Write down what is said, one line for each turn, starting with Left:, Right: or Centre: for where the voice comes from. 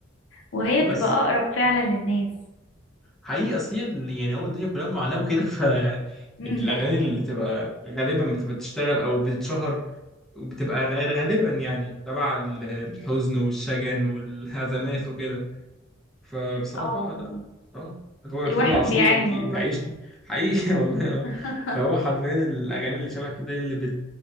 Left: وهي
Centre: بس
Left: بتبقى اقرب فعلا للناس
Centre: حقيقي اصل هي ال- يعني هو الدنيا كلها معاناة وكده <laughs> ف
Left: مم.
Centre: الاغاني اللي تبقى غالبا بتبقى بتشتغل او بتتشهر وبتبقى غير غالبا يعني تبع ال- الحزن والشجن والهزمات وكده فبصراحة
Left: اه والله.
Centre: لا اه هو
Left: الواحد
Centre: تامر عاشور
Left: بيعاني
Centre: بقى بدي
Left: والله
Centre: بيعيشني حقيقي <laughs> والله اه
Left: <laughs>
Centre: فهو حرفيا الاغاني اللي شبه كده هي اللي بت...